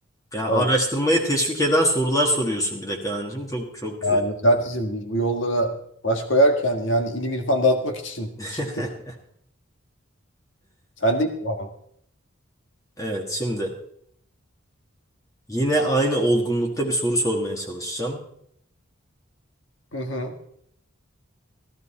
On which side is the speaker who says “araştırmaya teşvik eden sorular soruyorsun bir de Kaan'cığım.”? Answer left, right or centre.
Left